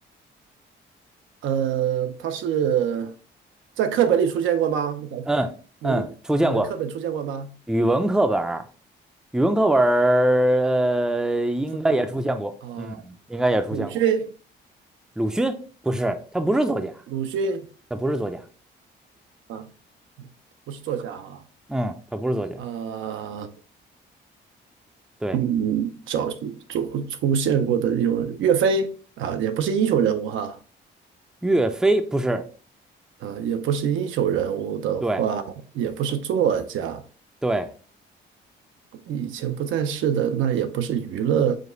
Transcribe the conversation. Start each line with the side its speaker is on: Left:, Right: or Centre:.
Right: 呃，他是在课本里出现过吗？
Centre: 嗯嗯，
Right: 文语文课本出现过吗？
Centre: 出现过语文课本儿，语文课本儿呃应该也出现过，
Right: 出现过啊，
Centre: 嗯，应该也出现过。
Right: 鲁迅，
Centre: 鲁迅不是，他不是作家，
Right: 鲁迅
Centre: 他不是作家，
Right: 啊，不是作家啊，
Centre: 嗯，他不是作家。
Right: 呃，
Centre: 对，
Right: 嗯，找做出现过的有岳飞啊，也不是英雄人物哈，
Centre: 岳飞不是，
Right: 啊，也不是英雄人物的话，
Centre: 对
Right: 也不是作家，
Centre: 对
Right: 以前不在世的那也不是娱乐